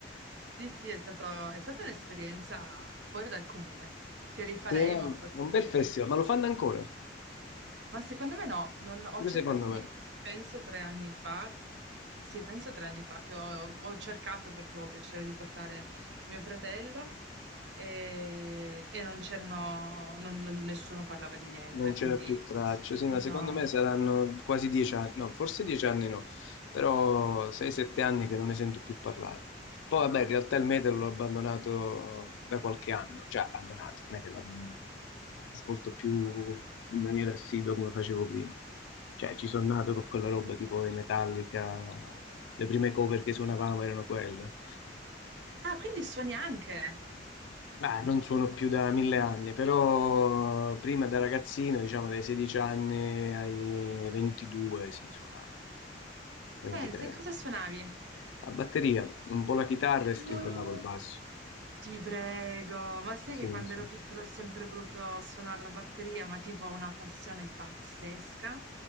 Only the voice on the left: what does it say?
Sì, no,
è un bel
festival,
ma lo fanno ancora,
pure
secondo
me.
Non c'era
più traccia, sì,
ma secondo me saranno quasi dieci anni, no, forse dieci anni no, però sei, sette anni che non ne sento più parlare. Poi vabbè, in realtà il metal l'ho abbandonato da qualche anno, cioè abbandonato, non è che l'ho abbandonato, ascolto più in maniera assidua come facevo prima. Cioè, ci sono nato con quella roba tipo i Metallica, le prime cover che suonavamo erano quelle.
Beh, non suono più da mille anni, però prima da ragazzino, diciamo dai 16 anni ai 22, sì, suonavo, 23.
A batteria, un po' la chitarra e strimpellavo
il basso.
Sì,
sì.